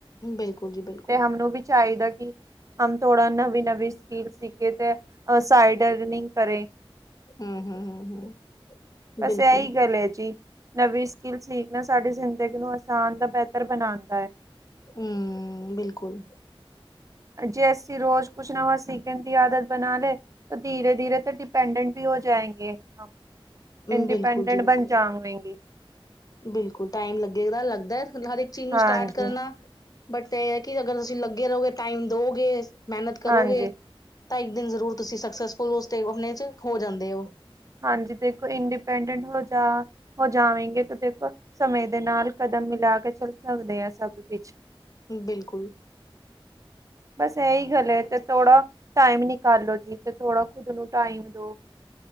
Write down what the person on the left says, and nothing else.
ਬਿਲਕੁਲ ਜੀ ਬਿਲਕੁਲ
ਹੂੰ, ਹੂੰ, ਹੂੰ, ਹੂੰ
ਬਿਲਕੁਲ।
ਹੂੰ, ਬਿਲਕੁਲ।
ਬਿਲਕੁਲ ਜੀ ਬਿਲਕੁਲ।
ਬਿਲਕੁਲ, ਟਾਈਮ ਲੱਗੇ ਲੱਗਦਾ, ਹਰ ਇੱਕ ਚੀਜ਼ ਨੂੰ
ਸਟਾਰਟ ਕਰਨਾ ਬਟ ਇਹ ਹੈ ਕਿ ਅਗਰ ਤੁਸੀਂ ਲੱਗੇ ਰਹੋਗੇ, ਟਾਈਮ ਦੋਗ, ੇ ਮਿਹਨਤ ਕਰੋਗੇ
ਤਾਂ ਇੱਕ ਦਿਨ ਜ਼ਰੂਰ ਤੁਸੀਂ ਸਕਸੈਸਫੁਲ, ਉਸ <unintelligible> ਚ ਹੋ ਜਾਂਦੇ ਹੋ।
ਬਿਲਕੁੱਲ।